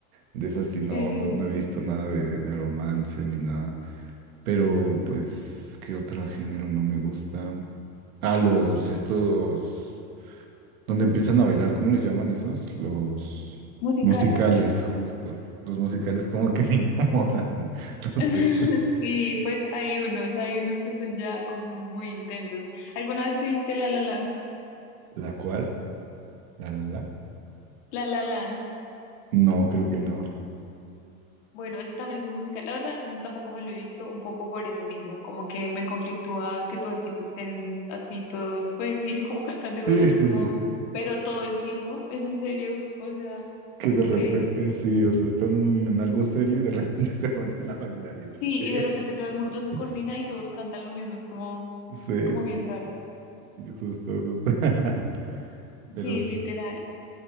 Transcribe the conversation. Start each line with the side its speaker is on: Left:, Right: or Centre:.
Right: De esas sí
Left: Sí,
Right: no, no he visto nada de, de romance ni nada. Pero, pues, ¿qué otro género no me gusta? Ah, los estos, donde empiezan a bailar, ¿cómo les llaman esos? Los
Left: musicales.
Right: musicales, justo. Los musicales como que me <laughs> incomodan. No
Left: <laughs>
Right: sé.
Left: Sí, pues hay unos, hay unos que son ya como muy intensos. ¿Alguna vez te viste La La Land?
Right: ¿La cual? ¿La, la, la?
Left: La La Land.
Right: No, creo que no. <laughs>
Left: Bueno, ese también es un musical. La verdad, tampoco me lo he visto un poco por eso mismo, como que me conflictúa que todo el tiempo estén así todos, pues sí, <laughs> como cantando y bailando,
Right: Sí, sí,
Left: es como,
Right: sí.
Left: pero todo el tiempo, es en serio, o sea,
Right: Que
Left: como
Right: de repente
Left: que
Right: sí, o sea, están en algo serio y de repente <laughs> se ponen a bailar y es
Left: sí,
Right: que...
Left: y de repente todo el mundo se
Right: <laughs>
Left: coordina y todos cantan lo mismo, es como,
Right: Sí,
Left: como bien raro.
Right: justo, justo. <laughs> Pero
Left: Sí,
Right: sí.
Left: literal,